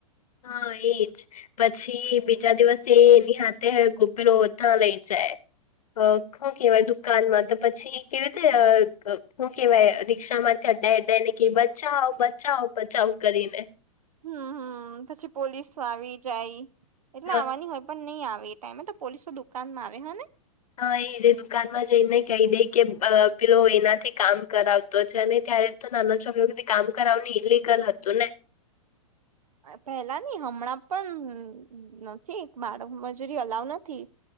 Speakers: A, on the left; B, on the right.
A: હા એજ પછી બીજા દિવસે એની હાથે પેલો ન લઈ જાય. અ ખું કવાય દુકાનમાં તો પછી કેવી રીતે ખો કહેવાય રિક્ષામાં ડા એડાને ક બચાવ બચાવ બચાવ કરીને
B: હમ હમ પછી પોલીસ આવી જાય એટલે
A: હા
B: આવવાની હોય પણ ની આવે એ ટાઈમે તો પોલીસ તો દુકાન માં આવે હે ને
A: હા એ દુકાનમાં જઈને કહી દે કે પેલો એનાથી કામ કરાવ તો છે ને ત્યારે તો નાના છોભને કામ કરાવને ઈલિગલ હતું ને
B: પેલા ની હમણાં પણ નથી બાળક મજૂરી અલાઉ નથી.